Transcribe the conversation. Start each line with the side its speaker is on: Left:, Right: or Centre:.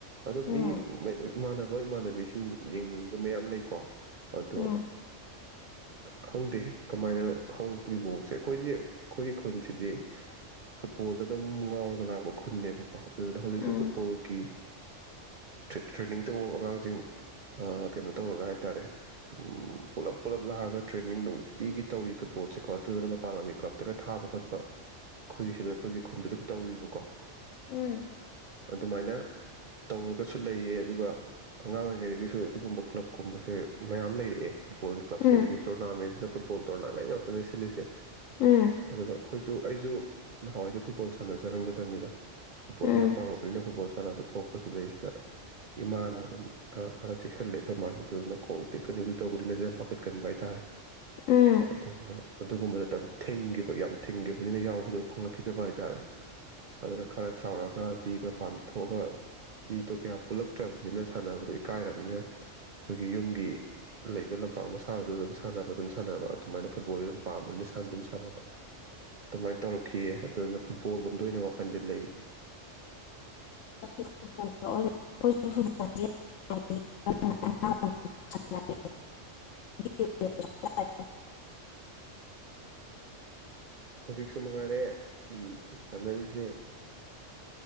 Right: ꯑꯣ
Left: ꯎꯝ
Right: ꯃꯤ ꯏꯃꯥꯟꯅꯕ ꯏꯃꯥꯟꯅꯕꯤꯁꯤꯡ ꯌꯦꯡꯅꯤꯡꯕ ꯃꯌꯥꯝ ꯂꯩꯀꯣ ꯑꯗꯣ
Left: ꯎꯝ
Right: ꯈꯪꯗꯦ ꯀꯃꯥꯏꯅ ꯍꯧꯔꯛꯄꯒꯤ ꯃꯑꯣꯡꯁꯦ ꯑꯩꯈꯣꯏꯗꯤ ꯑꯩꯈꯣꯏꯒꯤ ꯈꯨꯟꯁꯤꯗꯤ ꯐꯨꯠꯕꯣꯜꯗ ꯑꯗꯨꯝ ꯉꯥꯎꯔꯒ ꯂꯥꯛꯄ ꯈꯨꯟꯅꯦꯕꯀꯣ ꯑꯗꯨꯗꯨꯅ ꯍꯧꯖꯤꯛꯁꯨꯖꯤꯛ
Left: ꯎꯝ
Right: ꯐꯨꯠꯕꯣꯜꯒꯤ ꯇ꯭ꯔꯦꯅꯤꯡ ꯇꯧꯕ ꯑꯉꯥꯡꯁꯤꯡ ꯀꯩꯅꯣ ꯇꯧꯔꯒ ꯍꯥꯏꯇꯥꯔꯦ ꯎꯝ ꯄꯨꯜꯂꯞ ꯄꯨꯂꯞ ꯂꯥꯛꯑꯒ ꯇ꯭ꯔꯦꯟꯅꯤꯡ ꯅꯨꯡꯇꯤꯒꯤ ꯇꯧꯔꯤ ꯐꯨꯠꯕꯣꯜꯁꯦꯀꯣ ꯑꯗꯨꯗꯨꯅ ꯃꯄꯥꯟ ꯂꯝꯒꯤ ꯀ꯭ꯂꯞ ꯅꯠꯇꯒ ꯊꯥꯕ ꯈꯣꯠꯄ ꯑꯩꯈꯣꯏꯒꯤ ꯁꯤꯗ ꯑꯩꯈꯣꯏꯒꯤ ꯈꯨꯟꯗ ꯑꯗꯨꯝ ꯇꯧꯕꯀꯣ
Left: ꯎꯝ
Right: ꯑꯗꯨꯃꯥꯏꯅ ꯇꯧꯔꯒꯁꯨ ꯂꯩꯌꯦ ꯑꯗꯨꯒ ꯑꯉꯥꯡ ꯑꯣꯏꯔꯤꯉꯩꯗꯒꯤꯁꯨ ꯑꯗꯨꯒꯨꯝꯕ ꯀ꯭ꯂꯕꯀꯨꯝꯕꯁꯦ ꯃꯌꯥꯝ ꯂꯩꯔꯛꯑꯦ ꯐꯨꯠꯕꯣꯜꯒꯤ ꯀꯞꯦ
Left: ꯎꯝ
Right: ꯑꯗꯒꯤ ꯇꯣꯔꯅꯥꯃꯦꯟꯁꯤꯅ ꯐꯨꯠꯕꯣꯜ ꯇꯣꯔꯅꯥꯃꯦꯟ ꯉꯥꯛꯇꯅꯦ ꯁꯤꯜꯂꯤꯁꯦ
Left: ꯎꯝ
Right: ꯑꯗꯨꯗ ꯑꯩꯈꯣꯏꯁꯨ ꯑꯩꯁꯨ ꯅꯍꯥꯟꯋꯥꯏꯁꯦ ꯐꯨꯠꯕꯣꯜ ꯁꯥꯟꯅꯖꯔꯝꯒꯗꯕꯅꯤꯗ ꯐꯨꯕꯣꯜꯗꯤ
Left: ꯎꯝ
Right: ꯄꯥꯡꯉꯛꯅꯤ ꯐꯨꯕꯣꯜ ꯁꯥꯟꯅꯕ ꯊꯣꯛꯄꯁꯤꯗꯩꯁꯤꯗ ꯏꯃꯥꯅ ꯑꯗꯨꯝ ꯈꯔ ꯆꯦꯛꯁꯤꯜꯂꯦ ꯑꯩꯈꯣꯏ ꯏ ꯃꯥꯁꯤ ꯑꯗꯨꯅ ꯈꯣꯡ ꯇꯦꯛꯀꯅꯤ ꯑꯗꯨ ꯇꯧꯒꯅꯤꯅꯁꯨ ꯌꯥꯝ ꯄꯥꯈꯠꯀꯟꯕ ꯍꯥꯏꯇꯥꯔꯦ
Left: ꯎꯝ ꯎꯝ
Right: ꯑꯗꯨꯗꯨꯅ ꯑꯗꯨꯒꯨꯝꯕꯗ ꯃꯇꯝ ꯊꯤꯡꯈꯤꯕ ꯌꯥꯝ ꯊꯤꯡꯈꯤꯕꯅꯤꯅ ꯌꯥꯎꯕꯗꯣ ꯐꯪꯂꯛꯈꯤꯗꯕ ꯍꯥꯏꯇꯥꯥꯔꯦ ꯑꯗꯨꯅ ꯈꯔ ꯆꯥꯎꯔꯛꯑꯒꯗꯤ ꯃꯄꯥꯟꯗ ꯊꯣꯛꯑꯒ ꯃꯤꯗꯣ ꯀꯌꯥ ꯄꯨꯜꯂꯛꯇ꯭ꯔꯕꯅꯤꯅ ꯁꯥꯟꯅꯕꯗꯣ ꯏꯀꯥꯏꯔꯕꯅꯤꯅ ꯑꯩꯈꯣꯏꯒꯤ ꯌꯨꯝꯒꯤ ꯂꯩꯕ ꯂꯝꯄꯥꯛ ꯃꯁꯥꯗꯨꯗ ꯑꯗꯨꯝ ꯁꯥꯟꯅꯕ ꯑꯗꯨꯝ ꯁꯥꯟꯅꯕ ꯑꯗꯨꯃꯥꯏꯅ ꯐꯨꯠꯕꯣꯜꯁ ꯑꯗꯨꯝ ꯄꯥꯝꯕꯅꯤꯅ ꯁꯥꯟꯅꯗꯤ ꯑꯗꯨꯝ ꯁꯥꯟꯅꯕ ꯑꯗꯨꯃꯥꯏꯅ ꯇꯧꯔꯛꯈꯤꯑ ꯑꯗꯨꯅ ꯐꯨꯠꯕꯣꯜ ꯂꯣꯝꯗ ꯑꯣꯏꯅ ꯋꯥꯈꯜꯁꯦ ꯂꯩ
Left: <unintelligible> <unintelligible>
Right: ꯍꯧꯖꯤꯛꯁꯨ ꯃꯉꯥꯏꯔꯦ ꯎꯝ ꯁꯥꯟꯅꯔꯤꯁꯦ